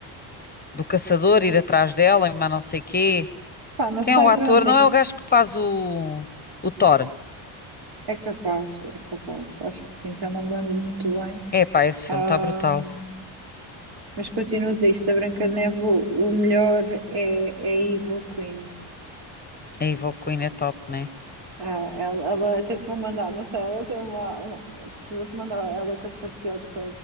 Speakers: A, on the left (about 20°); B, on the right (about 55°).
A: Do caçador ir atrás dela e mais não sei quê.
B: pá, não
A: Quem
B: sei,
A: é o ator?
B: pronto,
A: Não
B: é,
A: é o gajo que faz o, o Thor.
B: é capaz, é capaz. Acho que sim, já não me lembro muito bem.
A: É pá, esse filme
B: Ahm,
A: está brutal.
B: mas continuo a dizer isto: a Branca de Neve, o, o melhor é, é a Evil Queen.
A: A Evil Queen é top, né?
B: Ah, ela, ela até te vou mandar, não sei, ela tem uma, uma vou-te mandar ela com a fatiota